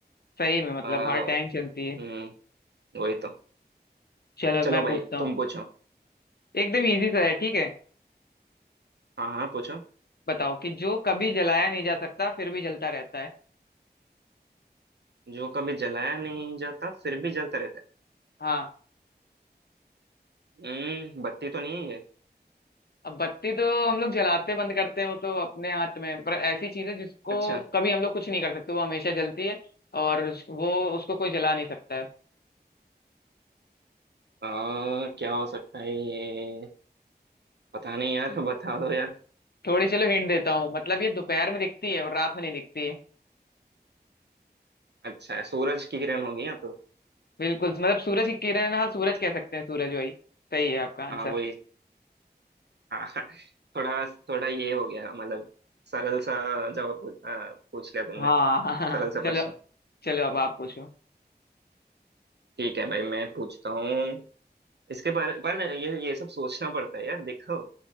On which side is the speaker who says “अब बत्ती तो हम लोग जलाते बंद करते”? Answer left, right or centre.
Left